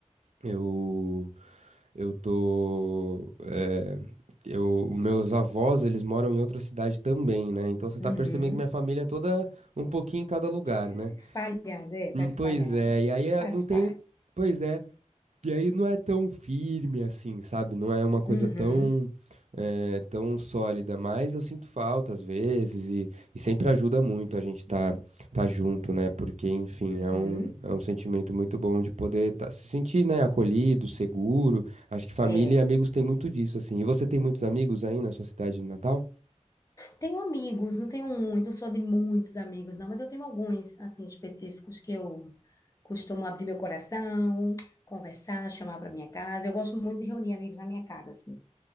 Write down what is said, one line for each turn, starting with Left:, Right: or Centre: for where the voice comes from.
Right: eu Eu tô. eh, eu, meus avós, eles moram em outra cidade também, né? Então você
Left: Uhum.
Right: tá percebendo que minha família é toda um pouquinho em cada lugar,
Left: Tá
Right: né?
Left: Espalhada, é,
Right: Hum,
Left: tá espalhada.
Right: Pois é, e aí eh,
Left: Faz
Right: não tem.
Left: parte.
Right: Pois é. E aí não é tão firme assim, sabe? Não é uma coisa
Left: Uhum.
Right: tão, eh, tão sólida, mas eu sinto falta às vezes e, e sempre ajuda muito a gente tá, tá junto, né? Porque, enfim,
Left: Uhum.
Right: é um, é um sentimento muito bom de poder tá- se sentir, né, acolhido, seguro. Acho que família
Left: É.
Right: e amigos tem muito disso, assim. E você tem muitos amigos aí na sua cidade de Natal?
Left: Tenho amigos, não tenho muito, não sou de muitos amigos, não, mas eu tenho alguns, assim, específicos que eu costumo abrir meu coração, conversar, chamar para minha casa. Eu gosto muito de reunir amigos na minha casa, assim,